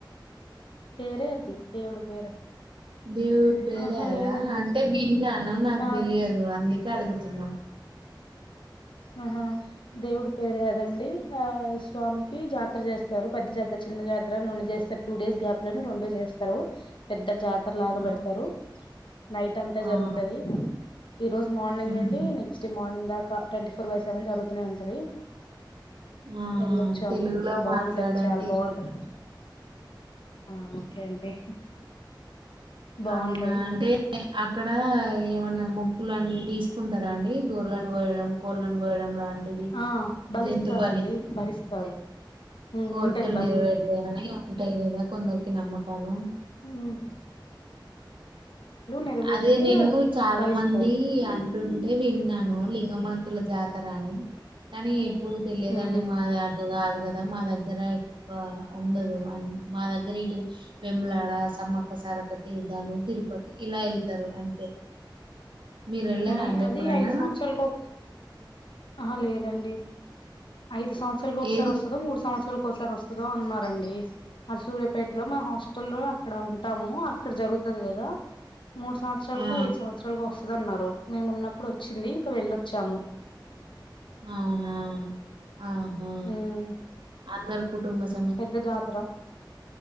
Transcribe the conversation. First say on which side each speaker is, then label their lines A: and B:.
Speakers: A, on the left; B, on the right.
A: పేర అది దేవుడ పేరు
B: దేవురు పేరయాదా
A: ఆహా లేదండి
B: అంటే విన్నాను నాకు
A: ఆ
B: తెలియదు. అ అడుకుతుంద
A: ఆహా దేవుడు పేరు అదండి. ఆ స్వామికి జాతర చేస్తారు. పెద్ద జాతర చిన్న జాతర రెండు చేస్తారు. టూ డేస్ గ్యాప్ లోని రెండు చేస్తారు పెద్ద జాతర. అ లాగాబడతారు
B: ఆహా,
A: నైట్ అంతా
B: అవునా
A: జరుగుతుంది. ఈ రోజు మార్నింగ్
B: ఊహు
A: నుండి నెక్స్ట్ డే మార్నింగ్ దాకా ట్వంటీ ఫోర్ బై సెవెన్ జరుగుతూనే ఉంటుది
B: ఆ
A: వెళ్ళొచ్చాము
B: తెలుగులో
A: బాగుంటది
B: మాట్లాడండి
A: చాలా బాగుంటది ఆ ఓకే అండి <inaudible> బాగుంటది
B: అవునా అంటే అక్కడ ఏమన్నా
A: మ్మ్
B: మొక్కులున్న తీసుకుంటారా. అండి గొరలను గయడం కోళ్ళను కోయడం లాంటిది.
A: ఆ బలిస్తారండి
B: జంతుబలి
A: బలిస్తారు ఉమ్
B: కోరికలు
A: ఉంటది బలి
B: నెరవేడతాయ
A: ఉంటది
B: అని ఉంటాయి. కదా కొందరు నమ్మకాలం
A: హ నెరవేరితే
B: అదే నేను చాలా
A: బలిస్తారు
B: మంది అంటుంటే విన్నాను లింగమంత పతుల జాతర అని కానీ ఇప్పుడు తెలియదండి
A: ఉమ్
B: మా అటుగా కదా మా దగ్గర ఉండదు అం మా దగ్గర ఇటు వెములాడ సమ్మక్క సర తీర్థను తిరుపతి ఇలా వెళ్తారు అంతే మీరు వెళ్ళారా
A: మే
B: అండి
A: అది
B: ఎప్పుడన్నా
A: ఐదు సంవత్సరాలకు ఆ లేదండి ఐదు సంవత్రాల ఒకసారి
B: ఏది
A: వస్తుదో మూడు సంవత్రలు హాస్టల్సారి వస్తుందా అన్నారండి. అ సూర్యాపేటలో మ హాస్టల్ లో అక్కడ ఉంటాము. అక్కడ జరుగుతుది కదా మూడు సంవత్సరాలకు
B: ఆ
A: ఐదు సంవత్సరాలకు వస్తుంది అన్నారు మేము ఉన్నప్పుడు వచ్చింది ఇంకా వెళ్ళొచ్చాము
B: అవునా ఆహా
A: ఉమ్
B: అందరు హామ్ కుటుంబస్
A: పెద్ద జాతర